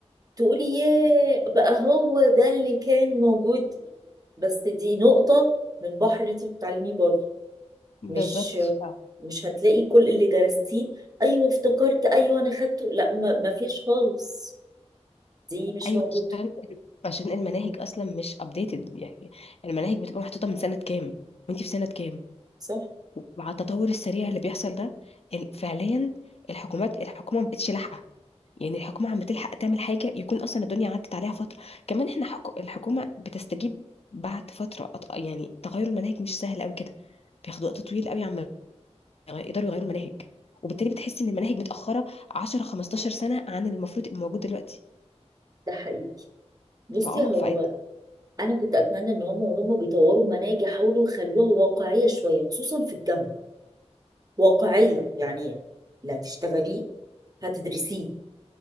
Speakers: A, on the right; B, on the left.
A: تقولي ياه بقى هو ده اللي كان موجود بس دي نقطة من بحر اللي انت بتتعلميه بره
B: بالظبط
A: مش
B: آه.
A: مش هتلاقي كل اللي درستيه ايوه افتكرت ايوه انا خدته لا ما ما فيش خالص دي مش
B: ايوه
A: موجودة
B: عشان عشان المناهج اصلا مش ابديتد يعني المناهج بتبقى محطوطة من سنة كام وانتي في سنة كام
A: صح
B: مع التطور السريع اللي بيحصل ده ال- فعليا الحكومات الحكومه ما بقتش لاحقه يعني الحكومه عم بتلحق تعمل حاجه يكون اصلا الدنيا عدت عليها فتره كمان احنا حكو... الحكومه بتستجيب بعد فتره أط... يعني تغير المناهج مش سهل قوي كده بياخد وقت طويل قوي عم يغ- يقدروا يغيروا المناهج وبالتالي بتحس ان المناهج متاخره 10 15 سنه عن اللي المفروض يبقى موجود دلوقتي
A: ده حقيقي بصي
B: فاه
A: هو
B: فهقول
A: انا كنت اتمنى ان هم وهم بيطوروا المناهج يحاولوا يخلوها واقعيه شويه خصوصا في الجامعه واقعيه يعني لا تشتغليه هتدرسيه